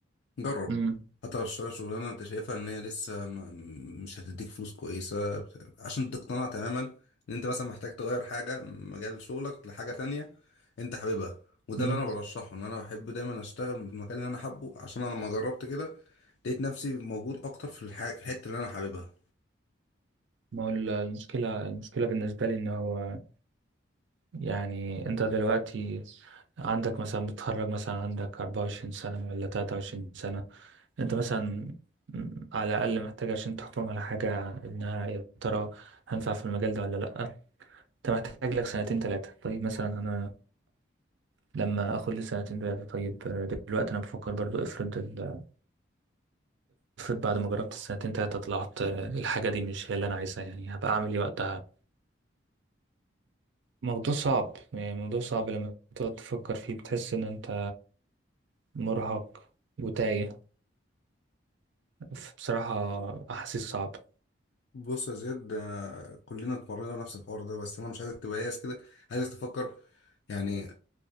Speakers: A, on the left; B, on the right.
A: جرب
B: مم.
A: حتى لو تشتغل شغلانة انت شايفها ان هي لسه ما مش هتديك فلوس كويسة عشان تقتنع تماما ان انت مثلا محتاج تغير حاجة من مجال شغلك لحاجة تانية انت حاببها وده
B: مم.
A: اللي انا برشحه ان انا بحب دايما اشتغل في المكان اللي انا حابه عشان انا لما جربت كده لقيت نفسي موجود اكتر في الح- في الحتة اللي انا حاببها
B: ما هو ال- المشكلة المشكلة بالنسبة لي إن هو يعني انت دلوقتي عندك مثلا بتتخرج مثلا عندك 24 سنة ولا 23 سنة انت مثلا على الأقل محتاج عشان تحكم على حاجة انها يا ترى هنفع في المجال ده ولا لأ انت محتاج لك سنتين تلاتة طيب مثلا انا لما اخد لي سنتين تلاتة طيب دلوقتي انا بفكر برضو افرض ال... افرض بعد ما جربت السنتين تلاتة طلعت الحاجة دي مش هي اللي انا عايزها يعني هبقى اعمل ايه وقتها موضوع صعب يعني موضوع صعب لما تقعد تفكر فيه بتحس ان انت مرهق وتايه ف- بصراحة أحاسيس صعبة
A: بص يا زياد آه، كلنا اتمرنا نفس الحوار ده بس انا مش عايزك تبقى ياس كده عايزك تفكر يعني